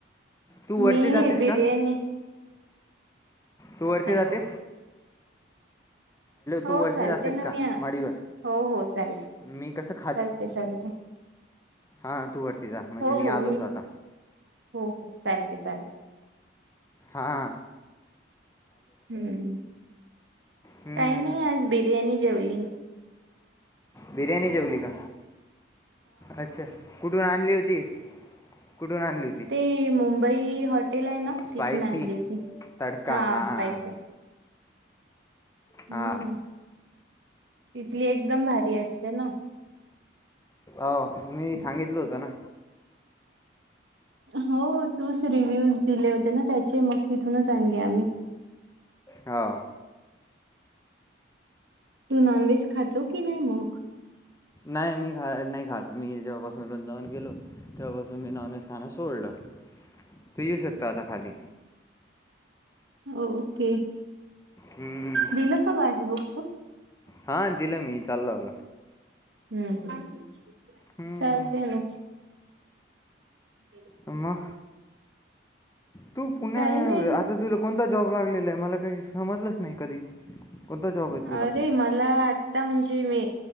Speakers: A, on the left; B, on the right.
A: तू
B: मी
A: वरती जातेस
B: बिर्याणी.
A: का तू वरती
B: हॅलो
A: जाते.
B: हो
A: तू वरती
B: चालते
A: जातेस
B: ना
A: का
B: मी हो
A: माडीवर
B: हो चालते चालते
A: मी कसं
B: चालते चालते.
A: हा तू वरती जा म्हणजे
B: हो
A: मी
B: हो
A: आलोच आता.
B: हो हो चालते चालते.
A: हा.
B: हम्म
A: हम्म.
B: काइ नाइ आज बिर्याणी जेवली
A: बिर्याणी जेवली का अच्छा कुठून आणली होती. कुठून आणली होती?
B: ती मुंबई हॉटेल आहे ना
A: स्पायसी
B: तिथून आणली होती
A: तडका
B: हा
A: हां
B: स्पायस आहे. हम्म
A: हां
B: हम्म हम्म इथली एकदम भारी असते ना.
A: अ मी सांगितलं होतं ना.
B: हो तूच रिव्हूज दिले होते ना त्याचे मग तिथूनच आणली आम्ही
A: हा.
B: तू नॉन व्हेज खातो की नाही मग.
A: नाही मी खा नाही खात मी जेव्हापासून वृंदावन गेलो तेव्हापासून मी नॉन व्हेज खाण सोडलं ते येऊ शकता आता खाली.
B: ओके.
A: हम्म
B: दिलं का पासबुक तू
A: हा दिलं मी चाललंलं.
B: हम्म
A: हम्म.
B: चालते ना. <unintelligible>
A: मग तू पुणे
B: काही नाही
A: आता तूल कोणता जॉब लागलेला आय मला काही समजलंच नाही कधी. कोणता जॉब आहे तुला
B: अरे मला आता म्हणजे मी